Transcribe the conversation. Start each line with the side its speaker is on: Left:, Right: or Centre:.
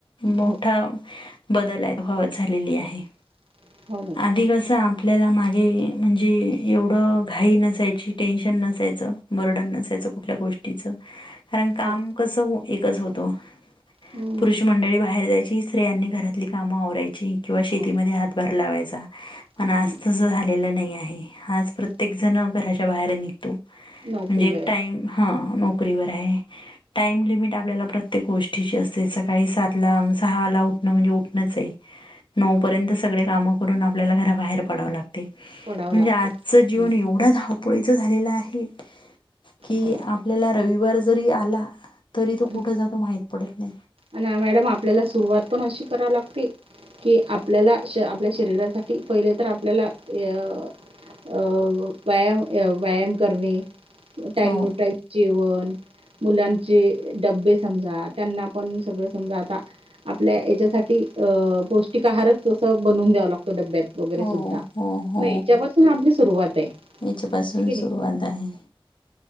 Left: मोठा
Right: हो
Left: बदल अत <unintelligible> झालेला
Right: हो
Left: आहे.
Right: हो मॅडम
Left: आधी कसं आपल्याला मागे म्हणजे एवढं घाई नसायची, टेन्शन नसायचं, बर्डन नसायचं. कुठल्या गोष्टीचं कारण काम
Right: हो
Left: कसं एकच होतं.
Right: हम्म.
Left: पुरुष मंडळी बाहेर जायची. स्त्रियांनी घरातली कामं आवरायची किंवा शेतीमध्ये
Right: हो
Left: हातभार लावायचा.
Right: हम्म,
Left: पण आज तसं झालेलं नाही आहे. आज प्रत्येक
Right: हम्म.
Left: जण घराच्या बाहेर निघतो.
Right: नोकरीवर
Left: म्हणजे
Right: आहे
Left: टाईम हं नोकरीवर आहे. टाईम लिमिट आपल्याला प्रत्येक गोष <unintelligible> सकाळी सातला
Right: हम्म,
Left: सहाला उठणं म्हणजे उठणंच ऐ. नऊ पर्यंत सगळे काम आपल्याला घरा बाहेर पडावं लागते.
Right: पडावं
Left: म्हजे
Right: लागतं
Left: आजचं जीवन
Right: हम्म,
Left: एवढं धावप पुढेच झालेला आहे. कि
Right: हो
Left: आपल्याला रविवार जरी आला, तरी
Right: हम्म.
Left: तो कुठ जातो महित पडत नाही.
Right: आणि मॅडम आपल्याला सुरुवात पण अशी करावी लागते कि आपल्याला आपल्या शरीरासाठी पहिले तर आपल्याला अ अ व्यायाम व्यायाम करणे. टाइम
Left: हो
Right: टू टाइम जेवण, मुलांचे डबे, समजा त्यांना पण सगळं समजा आता, आपल्या याच्यासाठी पौष्टिक आहारच तसं बनवून द्यावं लागत. डब्यात वगैरे
Left: हो
Right: सुद्धा
Left: हो हो
Right: मग याच्यापासून आपली सुरुवात आहे.
Left: याच्यापासून
Right: आहे की नाही?
Left: सुरुवात आहे.